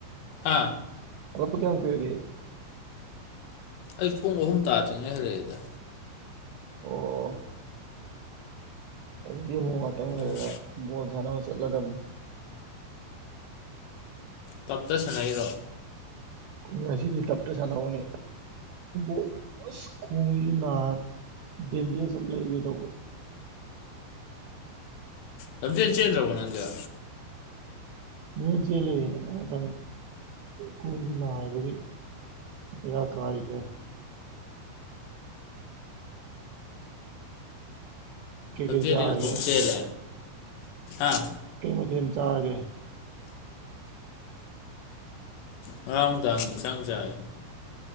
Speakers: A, on the left; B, on the right.
A: ꯑ
B: ꯑꯛꯄ ꯀꯌꯥꯃ ꯀꯨꯏꯔꯒꯦ
A: ꯑꯩ ꯄꯨꯡ ꯑꯍꯨꯝ ꯇꯥꯗ꯭ꯔꯤꯉꯩ ꯍꯔꯛꯑꯦꯗ
B: ꯑꯣ ꯑꯩꯗꯤ ꯑꯃꯨꯛ ꯉꯥꯛꯇꯪ
A: ꯄꯨꯡ
B: ꯂꯩꯔꯒ
A: ꯑꯍꯨꯝ
B: ꯕꯣꯜ ꯁꯥꯟꯅꯕ ꯆꯠꯂꯗꯝꯕꯅꯤ
A: ꯄꯠꯇ ꯁꯅꯩꯔꯣ
B: ꯉꯁꯤꯗꯤ ꯇꯞꯇ ꯁꯥꯟꯅꯧꯅꯦ ꯣ ꯑꯁ ꯈꯣꯡꯁꯤꯁꯨ ꯅꯥꯔ ꯕꯦꯟꯗꯦꯖ ꯑꯃ ꯂꯩꯔꯨꯒꯦ ꯇꯧꯕ
A: ꯂꯝꯖꯟ ꯆꯦ꯭ꯔꯕꯣ ꯅꯪꯖ
B: ꯃꯦꯟ ꯆꯦꯜꯂ ꯃꯊꯪ ꯃꯊꯪ ꯈꯣꯡꯒꯤ ꯅꯥꯕꯒꯤ ꯕꯔꯥ ꯀꯥꯒ ꯀꯩꯀꯩ
A: ꯁꯖꯔꯤꯅ
B: ꯆꯥꯔꯒꯦ
A: ꯊꯝ ꯆꯦꯔꯦ ꯑꯥ
B: ꯀꯩ ꯃꯊꯦꯜ ꯆꯥꯔꯒꯦ
A: ꯉꯔꯥꯡ ꯅꯨꯡꯗꯥꯡ ꯌꯦꯟꯁꯥꯡ ꯆꯥꯏ